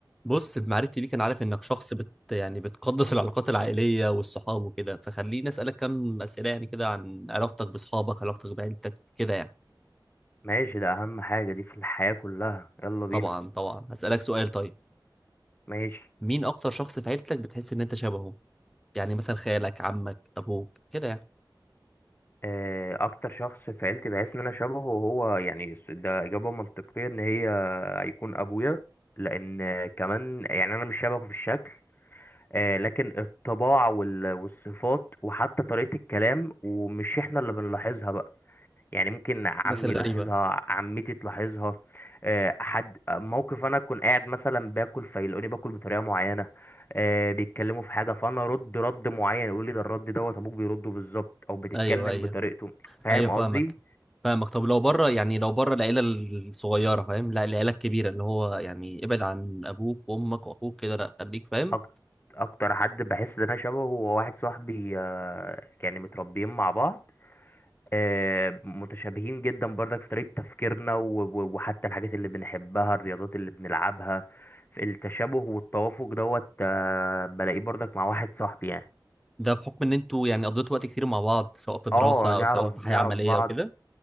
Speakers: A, in the centre; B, on the left.
A: بص بمعرفتي بيك انا عارف انك شخص بت يعني بتقدس العلاقات العائليه والصحاب وكده فخليني اسالك كم اسئله يعني كده عن علاقتك باصحابك علاقتك بعيلتك كده يعني
B: ماشي ده اهم حاجة دي في الحياة كلها يلا بينا
A: طبعا طبعا هسالك سؤال طيب
B: ماشي
A: مين اكتر شخص في عيلتك بتحس ان انت شبهه يعني مثلا خالك عمك ابوك كده يعني
B: آه، اكتر شخص في عيلتي بحس ان انا شبهه هو يعني الس- ده اجابة منطقية ان هي هيكون ابويا لان آه، كمان يعني انا مش شبهه في الشكل آه، لكن الطباع وال- والصفات وحتى طريقة الكلام ومش احنا اللي بنلاحظها بقى يعني ممكن عمي
A: الناس الغريبه
B: يلاحظها عمتي تلاحظها آه، حد موقف انا اكون قاعد مثلا باكل فيلاقوني باكل بطريقه معينه آه، بيتكلموا في حاجه فانا ارد رد معين يقول لي ده الرد دوت ابوك بيرده بالظبط او بتتكلم
A: ايوه ايوه
B: بطريقته فاهم
A: ايوه فاهمك
B: قصدي
A: فاهمك طب لو بره يعني لو بره العيله الصغيره فاهم لا العيله الكبيره اللي هو يعني ابعد عن ابوك وامك واخوك كده لا خليك فاهم
B: أك- اكتر حد بحس ان انا شبهه هو واحد صاحبي آه، يعني متربيين مع بعض آه، متشابهين جدا برضك في طريقة تفكيرنا و- و- وحتى الحاجات اللي بنحبها الرياضات اللي بنلعبها في التشابه والتوافق دوت آه، بلاقيه برضك مع واحد صاحبي يعني
A: ده بحكم ان انتوا يعني قضيتوا وقت كتير مع بعض سواء في دراسة
B: اه
A: او
B: نعرف
A: سواء في حياة
B: نعرف
A: عملية
B: بعض
A: وكده